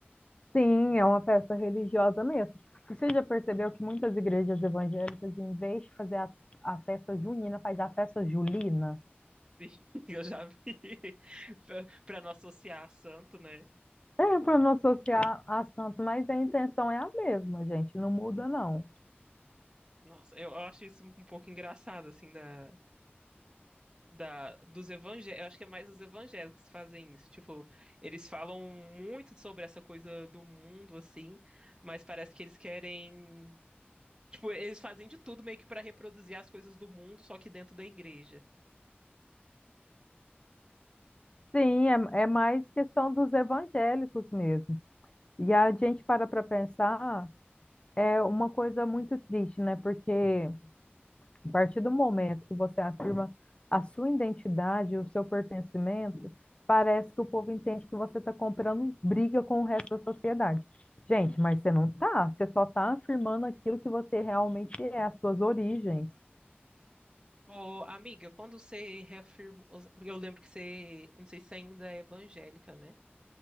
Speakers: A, on the left (about 25°); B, on the right (about 20°).
A: Sim, é uma festa religiosa mesmo. E você já percebeu que muitas igrejas evangélicas, em vez de fazer a, a festa junina, faz a festa julina?
B: <laughs> Sim, Eu já vi <laughs> para não associar a santo, né?
A: É, para não associar a santo, mas a intenção é a mesma, gente, não muda não.
B: Nossa, eu acho isso um pouco engraçado assim da da, dos evangélicos, eu acho que é mais os evangélicos que fazem isso. Tipo, eles falam muito sobre essa coisa do mundo, assim, mas parece que eles querem. Tipo, eles fazem de tudo meio que para reproduzir as coisas do mundo, só que dentro da igreja.
A: Sim, é, é mais questão dos evangélicos mesmo. E a gente para para pensar, é uma coisa muito triste, né? Porque a partir do momento que você afirma a sua identidade, o seu pertencimento, parece que o povo entende que você está comprando briga com o resto da sociedade. Gente, mas você não tá, você só está afirmando aquilo que você realmente é, as suas origens.
B: Ô, amiga, quando você reafirmou. Eu lembro que você. Não sei se ainda é evangélica, né?